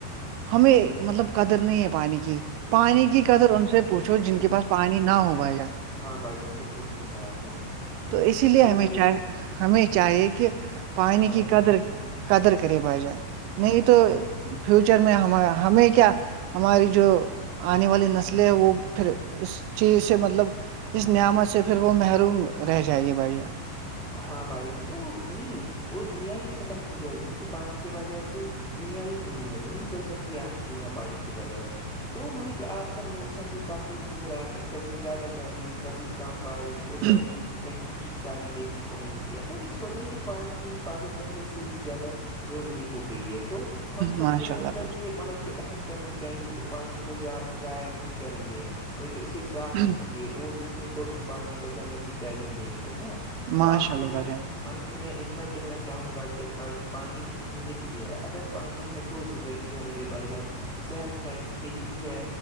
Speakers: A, on the right (about 85°); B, in the centre.
A: ہمیں مطلب قدر نہیں ہے پانی کی پانی کی قدر ان سے پوچھو جن کے پاس پانی نہ ہو بھائی جان
B: ہاں بائی بالکل صحیح کہا آپ نے
A: تو اسی لیے
B: تو
A: ہمیں
B: میرے
A: چاہ ہمیں چاہیے کہ پانی
B: ہاں
A: کی
B: بھائی
A: قدر
B: جان
A: قدر کرے بھائی جان نہیں تو
B: ہاں بھائی جان
A: فیوچر میں ہم ہمیں کیا ہماری جو آنے والی نسلیں ہے وہ پھر اس چیز سے مطلب اس نعمت سے پھر وہ محروم رہ جائے گے بھیاان
B: ہاں بھائین تو نہیں وہ دنیا ہی ختم ہو جائے کیونکہ پانی کے بغیر تو دنیا ہی نہیں ہے نہیں چل سکتی آج کی دنیا پانی کے بغیر تو مطلب کہ آج کل موسم بھی تبدیل ہو رہا ہے کبھی زیادہ گرمی کبھی کم بارش اور
A: جان
B: کبھی مب خوشک ساری دیکھنے کو ملتی ہے تو اس وجہ سے پانی کی حفاظت پہلے سے بھی زیادہ ضروری ہو گئی ہے تو ہم سب
A: ماشاء
B: کو مل
A: اللہ
B: کر
A: بھائی
B: یہ مطلب کہ عہد کرنا چاہیے کہ پانی کو ضائع نہیں کریں گے مطلب کہ اسی سے صاف رکھیں
A: جان
B: گے اور دوسروں کو بھی پانی بچانے کی تعلیم دیں گے ہے نا تو
A: ماشاء
B: آخر
A: اللہ
B: میں
A: بھائی جان
B: مطلب کہ میں اتنا کہنا چاہوں گا کہ ملب کہ پانی زندگی ہے اگر پانی ہے تو زندگی ہے میرے بھائی جان صحت ہے کھیتی ہے